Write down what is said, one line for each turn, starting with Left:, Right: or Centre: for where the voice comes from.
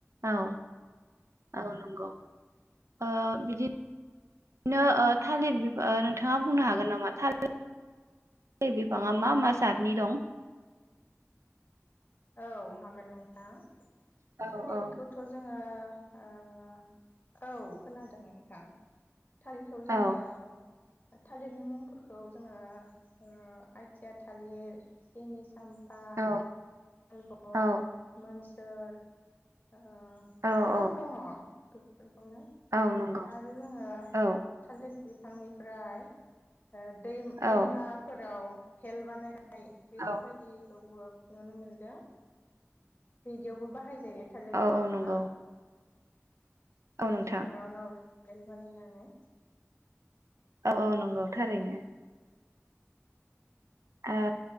Right: औ औ नंगौ ओ बिदि बिनो ओ थालिर नोंथाङा बुंनो हागोन नामा थालिर बे बिफाङा मा मा जातनि दं
Left: औ हागोन नों हा
Right: औ
Left: थालिरखौथ
Right: औ
Left: जोङो ओ औ खोनादों नोंथां। थालिरखौ जोङो
Right: औ
Left: थालिरनि मुंफोरखौ जोङो ओ आइथिआ थालिर जिनिस चामफा
Right: औ
Left: मालभग
Right: औ
Left: मोनसोर ओ
Right: औ
Left: गोबां
Right: औ
Left: दङ। गोग गोग बेखौनो
Right: औ नंगौ
Left: आरो जोङो
Right: औ
Left: थालिर बिफांनिफ्राय दै
Right: औ
Left: दैमाफोराव भेल बानायनाय नाय बेफोरबायदि
Right: औ
Left: बौओब नुनो मोनदों बिदियावबो बाहाय जायो थालिर
Right: औ
Left: दंफाङा।
Right: औ नंगौ औ
Left: दैमाफोराव
Right: नोंथां
Left: नाव भेल बानायनानै।
Right: औ औ नंगौ थारैनो। ओ
Left: औ